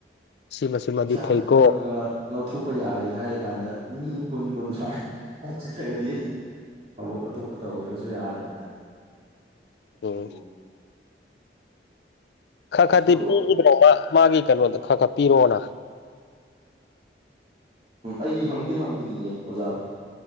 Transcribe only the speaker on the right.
ꯏꯁꯥꯅ
ꯈꯪꯉꯒ ꯂꯧꯊꯣꯛꯄ ꯌꯥꯔꯦ ꯍꯥꯏꯔ ꯀꯥꯟꯗ ꯃꯤ ꯀꯨꯟ ꯀꯨꯟꯊ꯭ꯔꯥ ꯍꯥꯞꯆꯤꯂꯒꯗꯤ ꯊꯕꯛ ꯑꯇꯣꯞꯄ ꯇꯧꯗ꯭ꯔꯒꯁꯨ ꯌꯥꯔꯅꯤꯗ
ꯑꯗꯨꯕꯨ
ꯑꯇꯣꯞ
ꯎꯝ ꯑꯩ ꯍꯪꯗꯤ ꯍꯪꯗ꯭ꯔꯤꯌꯦ ꯑꯣꯖꯥꯗ